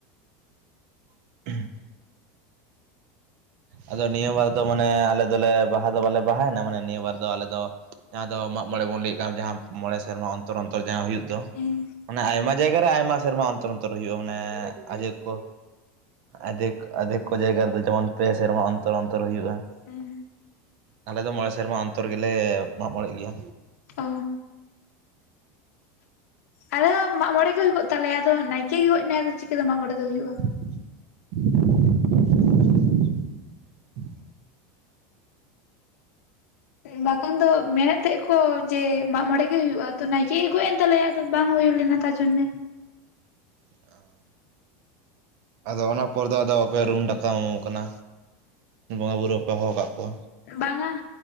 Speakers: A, on the right; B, on the left.
A: <unintelligible> ᱟᱫᱚ ᱱᱤᱭᱟᱹ ᱵᱟᱨ ᱢᱟᱱᱮ ᱟᱞᱮ ᱫᱚᱞᱮ ᱵᱟᱦᱟ ᱫᱚ ᱵᱟᱞᱮ ᱵᱟᱦᱟᱭᱮᱱᱟ, ᱢᱟᱱᱮ ᱱᱤᱭᱟᱹ ᱵᱟᱨ ᱫᱚ ᱟᱞᱮ ᱫᱚ ᱡᱟᱦᱟᱸ ᱫᱚ ᱢᱟᱜᱽ ᱢᱚᱬᱮ ᱵᱚᱱ ᱞᱟᱹᱭᱮᱜ ᱠᱟᱱ ᱡᱟᱦᱟᱸ ᱢᱚᱬᱮ ᱥᱮᱨᱢᱟ ᱚᱱᱛᱚᱨ ᱚᱱᱛᱚᱨ ᱡᱟᱦᱟᱸ ᱦᱩᱭᱩᱜ ᱫᱚ
B: ᱦᱮᱸ
A: ᱢᱟᱱᱮ ᱟᱭᱢᱟ ᱡᱟᱭᱜᱟ ᱨᱮ ᱟᱭᱢᱟ ᱥᱮᱨᱢᱟ ᱚᱱ ᱛᱚᱨ ᱚᱱᱛᱚᱨ ᱦᱩᱭᱩᱜ-ᱟ ᱢᱟᱱᱮ ᱟᱡᱚᱠ ᱠᱚ ᱟᱫᱷᱮᱠ ᱟᱫᱷᱮᱠ ᱠᱚ ᱡᱟᱭᱜᱟ ᱨᱮᱫᱚ ᱡᱮᱢᱚᱱ ᱯᱮ ᱥᱮᱨᱢᱟ ᱚᱱᱛᱚᱨ ᱚᱱᱛᱚᱨ ᱦᱩᱭᱩᱜ-ᱟ᱾
B: ᱦᱮ
A: ᱟᱞᱮᱚ ᱫᱚ ᱢᱚᱬᱮ ᱥᱮᱨᱢᱟ ᱚᱱᱛᱚᱨ ᱜᱮᱞᱮ ᱢᱟᱜ ᱢᱚᱬᱮᱜ ᱜᱮᱭᱟ᱾
B: ᱚ ᱟᱞᱮᱦᱚ ᱢᱟᱜᱽ ᱢᱚᱬᱮ ᱜᱮ ᱦᱩᱭ ᱠᱚ ᱛᱟᱞᱮᱭᱟ, ᱟᱫᱚ ᱱᱟᱭᱠᱮ ᱜᱮ ᱜᱚᱭᱜ ᱮᱱᱟᱭ ᱟᱫᱚ ᱪᱤᱠᱟᱹᱛᱮ ᱢᱟᱜᱽ ᱢᱚᱬᱮ ᱫᱚ ᱦᱩᱭᱩᱜ?
A: <unintelligible>
B: ᱵᱟᱠᱷᱟᱱ ᱫᱚ ᱢᱮᱱᱮᱜ ᱛᱟᱦᱮᱸ ᱟᱠᱚ ᱡᱮ ᱢᱟᱜ ᱢᱚᱬᱮ ᱜᱮ ᱦᱩᱭᱩᱜᱼᱟ, ᱛᱚ ᱱᱟᱭᱠᱮ ᱜᱮ ᱜᱚᱭᱮᱜᱼᱮᱱ ᱛᱟᱞᱮᱭᱟ᱾ ᱟᱫᱚ ᱵᱟᱝ ᱦᱩᱭᱩ ᱞᱮᱱᱟ ᱛᱟᱨᱡᱚᱱᱱᱮ᱾
A: ᱚᱻ᱾ ᱟᱫᱚ ᱚᱱᱟ ᱯᱚᱨ ᱫᱚ ᱟᱫᱚ ᱯᱮ ᱨᱩᱢ ᱰᱟᱠᱟᱣ ᱠᱟᱱᱟ, ᱵᱚᱸᱜᱟ ᱵᱩᱨᱩ ᱵᱟᱯᱮ ᱦᱚ ᱠᱟᱜ ᱠᱚᱣᱟ?
B: ᱵᱟᱝᱟ᱾